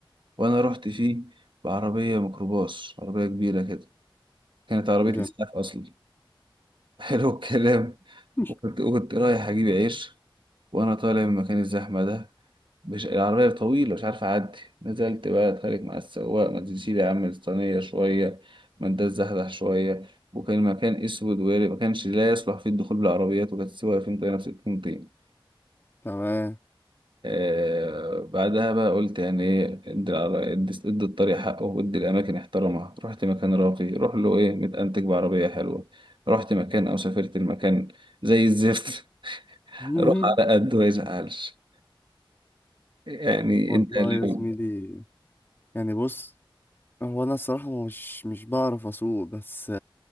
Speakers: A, on the right; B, on the left.
A: وانا رحت فيه بعربيه ميكروباص عربيه كبيره كده كانت عربيه
B: جميل
A: اسعاف اصلا <laughs> حلو الكلام
B: <laughs>
A: وكنت وكنت رايح اجيب عيش وانا طالع من مكان الزحمه ده مش العربية طويلة مش عارف أعدي نزلت بقى أتخانق مع السواق ما تشيل يا عم الصينية شوية ما انت تزحزح شوية وكان المكان أسود وياري ما كانش لا يصلح فيه الدخول بالعربيات وكانت السواقة فين طينة في الكونتين
B: تمام
A: آه بعدها بقى قلت يعني إيه ادي العر- ادي ادي الطريق حقه وادي الأماكن احترمها رحت مكان راقي روح له إيه متأنتج بعربية حلوة رحت مكان أو سافرت المكان زي الزفت <laughs>
B: <laughs>
A: روح على قد ما يزعلش يعني
B: والله
A: أنت لو
B: يا زميلي يعني بص هو انا الصراحه مش مش بعرف اسوق بس